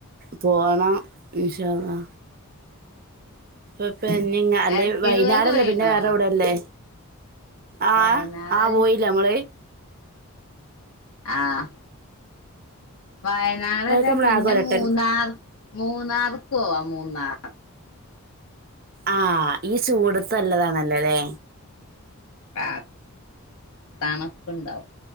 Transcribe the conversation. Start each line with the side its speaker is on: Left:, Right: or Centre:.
Right: പോണം ഇൻഷാ അള്ളാ അപ്പം പിന്നിങ്ങാ അല്ലെ
Left: എടക്കൽ
Right: വയനാട്ല്ലേ
Left: ഗുഹക്ക് പോയിണോ
Right: പിന്നെ വേറെവിടെ ഇല്ലേ ആ
Left: വയനാട്
Right: ആ പോയില്ല നമ്മള്
Left: ആഹ് വയനാടല്ല
Right: അതൊക്കെ നമ്മള്
Left: പിന്നെ
Right: ആകെ ഒരട്ടം
Left: മൂന്നാർ മൂന്നാർക്കോവാ മൂന്നാർ
Right: ആഹ ഈ ചൂടത്ത് നല്ലതാണല്ലൊ ലേ
Left: <unintelligible> തണപ്പ്ണ്ടാവും